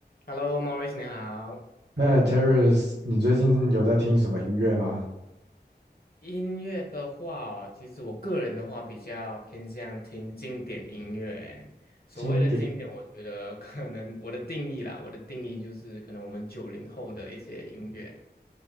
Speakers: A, on the left (about 55°); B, on the right (about 70°).
A: h e l l o m a u r i c 你好。
B: 哎，Terrace，你最近有在听什么音乐吗？
A: 好，音乐的话哦，其实我个人的话比较偏向听经典音乐欸。所谓的经典，
B: 经典，
A: 我觉得可能我的定义啦，我的定义就是可能我们九零后的一些音乐。